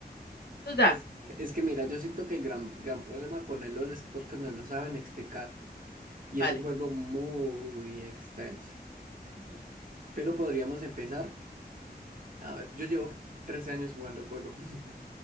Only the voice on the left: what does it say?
total,
vale.
ujú.